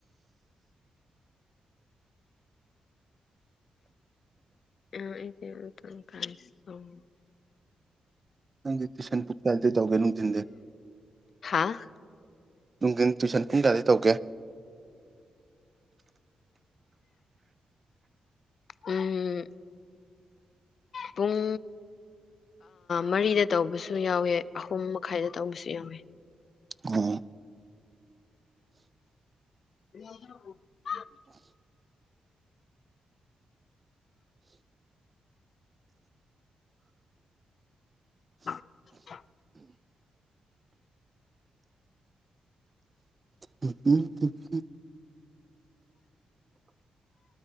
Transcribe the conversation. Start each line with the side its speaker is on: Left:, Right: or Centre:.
Left: <inaudible>
Right: ꯅꯪ ꯇꯁꯟ ꯄꯨ ꯆꯗ ꯆꯧꯒꯅ ꯊꯗ
Left: ꯍꯥꯥ
Right: ꯅꯨꯡꯒꯤꯟ ꯇꯨꯋꯏꯁꯟ ꯄꯨꯡ ꯀꯌꯥꯗꯩ ꯇꯧꯒꯦ
Left: ꯎꯝ ꯄꯨꯡ ꯃꯔꯤꯗ ꯇꯧꯕꯁꯨ ꯌꯥꯎꯋꯦ ꯑꯍꯨꯝ ꯃꯈꯥꯏꯗ ꯇꯧꯕꯁꯨ ꯌꯥꯎꯋꯦ
Right: ꯎꯝ
Left: <inaudible> ꯑ <unintelligible>
Right: <inaudible>